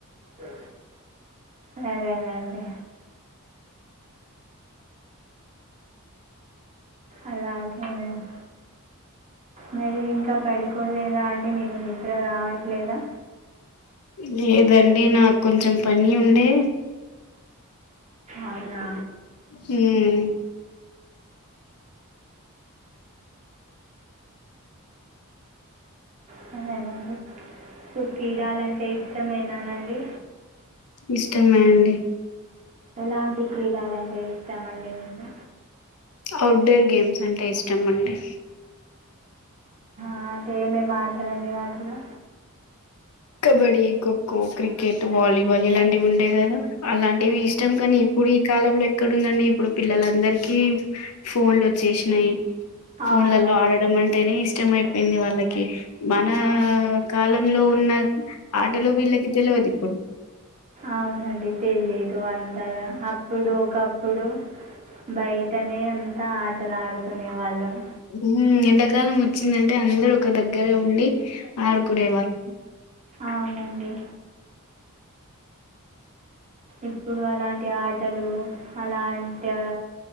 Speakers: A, on the right; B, on the left.
A: సే సరేనండి అలాగేనండి మరి ఇంకా పడుకోలే దా అండి మీకు నిద్ర రావట్లేదా
B: లేదండి నాకు కొంచెం పని ఉండే
A: అవునా
B: హుమ్మ్
A: సరేనండి ను కీడాలంటే ఇష్టమేనానండి
B: ఇష్టమే అండి
A: ఎలాంటి క్రీడలంటే ఇష్టం అండి మీకు
B: అవుట్డోర్ గేమ్స్ అంటే ఇష్టమండి
A: ఆ అంటే ఏమేమి ఆడతారండి వాటిలో
B: కబడ్డీ ఖోఖో క్రికెట్ వాలీబాల్ ఇలాంటివి ఉండేగదా అలాంటివి ఇష్టం కానీ ఇప్పుడు ఈ కాలంలో ఎక్కడుందండి ఇప్పుడు పిల్లలందరికిీ ఫోన్లు వచ్చేసినాయి
A: అవునండి
B: ఫోన్లళ్ళో ఆడడం అంటేనే ఇష్ ఇష్టం అయిపోయింది వాళ్ళకి మన
A: అవును
B: కాల లో ఉన్న ఆటలు వీళ్లకి తెలువది ఇప్పుడు
A: అవునండి తెలియదు అంతగా అప్పుడు ఒకప్పుడు బయటనే అంతా ఆటలాడు కొనేవాళ్ళం
B: ఉమ్, ఎండాకాలం వచ్చిందంటే అందరు ఒక దగ్గరే ఉండి ఆడుకునే వాళ్
A: అవునండి ఇప్పుడు అలాంటి ఆటలు అలాంటి ఆ